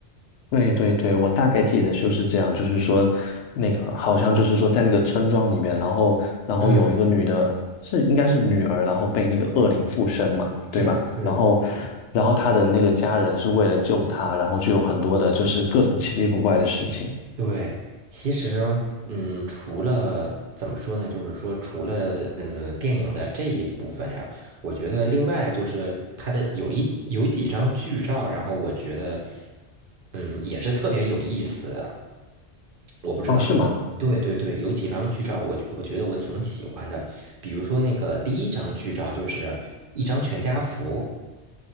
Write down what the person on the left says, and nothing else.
对对对，我大概记得就是这样，就是说，那个好像就是说，在那个村庄里面，然后然后有一个女的，
是应该是女儿，然后被那个恶灵附身嘛，
对吧？
然后然后她的那个家人是为了救她，
然后就有很多的就是各种奇奇古怪的事情。
哦，是吗？